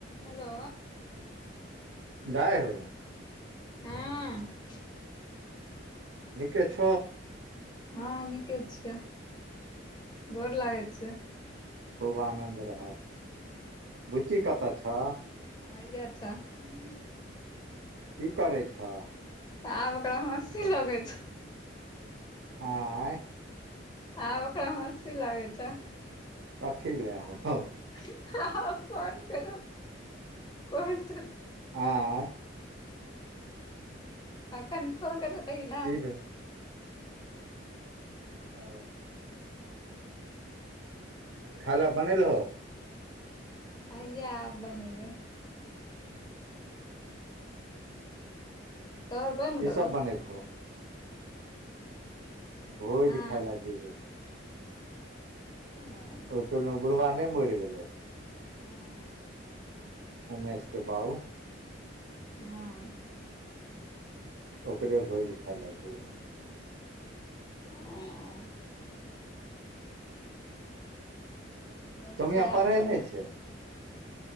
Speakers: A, on the left; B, on the right.
A: Hello
B: दाय हो
A: हँ
B: निके छ
A: हँ नीके छियै गैर लागैत छयै
B: खूब आनंद रह बूचि कतऽ छ?
A: <unintelligible>
B: आ कि करै छह?
A: तऽ आब ओकरा हस्सी लगैत छैय।
B: आँय
A: आ ओकरा मस्ती लागै छैय।
B: पठि लै हेतै
A: हँँ हँ फोन कल करै हेतै
B: आँय
A: अखन फोन केलव ताहि
B: की
A: ला
B: भेल ओ खाय ल बनेलहो?
A: अ आब बनेबै तोहर बनि
B: ई
A: गेलौ
B: सब बनेबहो? भोज
A: हँ
B: खाय ल जेब हम।
A: हँ
B: ओय टोल में बूढ़बा ने मरि गेलै।
A: हँ
B: उमेश के बाउ
A: हँ
B: ओकरे भोज खाय लए जइबऐ
A: हँ अच्छा
B: सोमिया पढ़ै
A: अपन
B: नहि छै